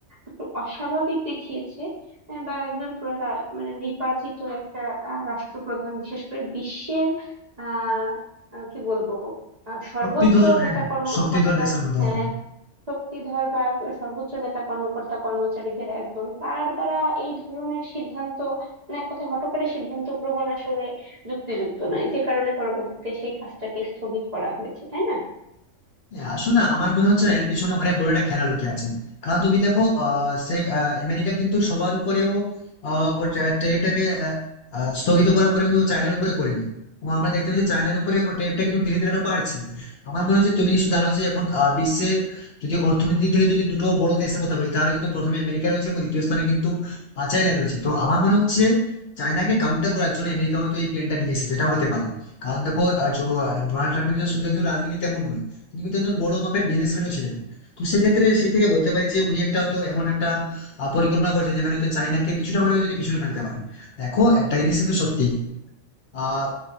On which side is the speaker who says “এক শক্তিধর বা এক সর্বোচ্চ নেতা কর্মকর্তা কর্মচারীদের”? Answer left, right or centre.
Right